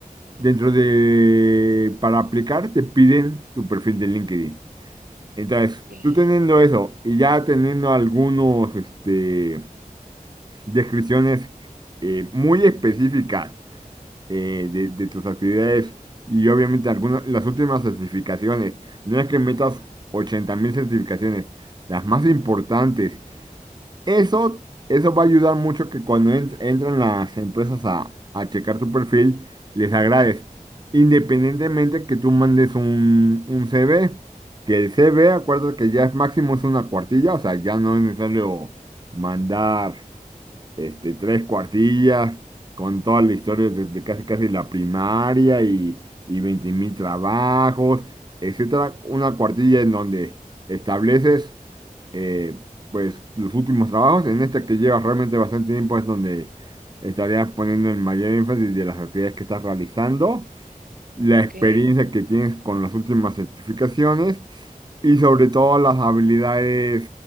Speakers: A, on the right; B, on the right.
A: dentro
B: ujú,
A: de, para aplicar, te piden tu perfil de LinkedIn. Entonces,
B: Okay.
A: tú teniendo eso y ya teniendo algunos, este, descripciones eh, muy específicas eh, de, de tus actividades y obviamente algunas, las últimas certificaciones, no es que metas 80 mil certificaciones, las más importantes eso, eso va a ayudar mucho que cuando ent- entran las empresas a, a checar tu perfil, les agrades.
B: ujú,
A: Independientemente que tú mandes un, un CV, que el CV, acuérdate que ya es máximo es una cuartilla, o sea, ya no es necesario mandar este, tres cuartillas con toda la historia desde casi casi la primaria y, y veinte mil trabajos, etcétera. Una cuartilla en donde estableces eh, pues los últimos trabajos, en este que llevas realmente bastante tiempo es donde estarías poniendo el mayor énfasis de las actividades que estás realizando, la
B: Okay.
A: experiencia que tienes con las últimas certificaciones y sobre todo
B: ujú.
A: las habilidades,